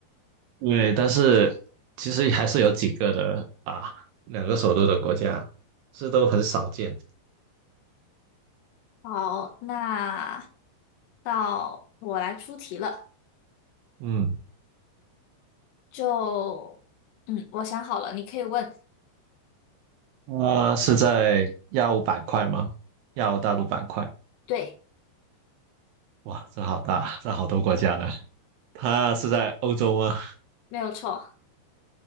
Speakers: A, on the right; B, on the left.
A: 对，但是其实还是有几个的啊，两个首都的国家，这都很少见。
B: 好，那到我来出题了。
A: 嗯，
B: 就，嗯，我想好了，你可以问。
A: 啊，是在亚欧板块吗？亚欧大陆板块，
B: 对，
A: 哇，这好大，这好多国家呢。它是在欧洲吗？
B: 没有错，